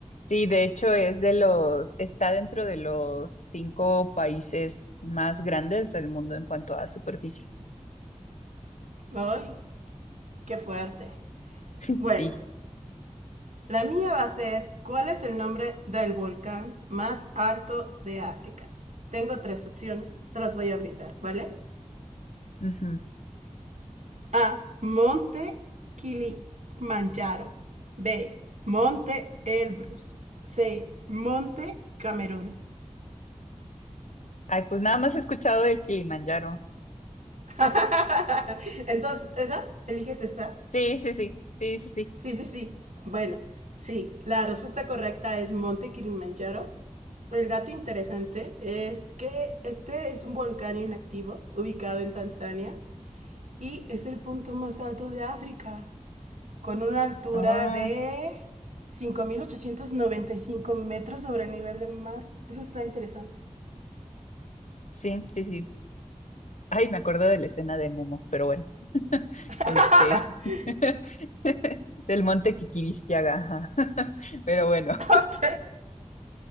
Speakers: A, on the left; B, on the right.
A: Sí, de hecho es de los, está dentro de los cinco países más grandes del mundo en cuanto a superficie.
B: ¡Ay! ¡Qué fuerte!
A: <laughs>
B: Bueno,
A: Sí.
B: La mía va a ser, ¿cuál es el nombre del volcán más alto de África? Tengo tres opciones, te las voy a brindar, ¿vale?
A: ujú.
B: A, Monte Kilimanjaro. B, Monte Elbrus. C, Monte Camerún.
A: Ay, pues nada más he escuchado del Kilimanjaro.
B: <laughs> Entonces, ¿esa? ¿Eliges esa?
A: Sí, sí, sí, sí, sí, sí.
B: Sí, sí, sí. Bueno, sí, la respuesta correcta es Monte Kilimanjaro. El dato interesante es que este es un volcán inactivo ubicado en Tanzania y es el punto más alto de África, con una altura
A: Ah,
B: de 5.895 metros sobre el nivel del mar. Eso está interesante.
A: sí, sí, sí. Ay, me acuerdo de la escena de Nemo, pero bueno. <laughs>
B: <laughs>
A: Este, <laughs> del monte Kikirisquiaga. ajá. <laughs> Pero bueno,
B: ok.